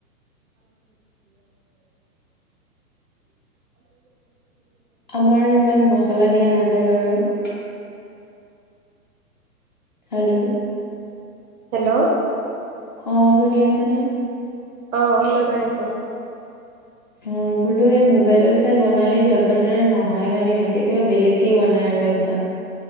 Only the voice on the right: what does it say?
আমাৰ
হেল্ল'
অ শুনা পাই আছো।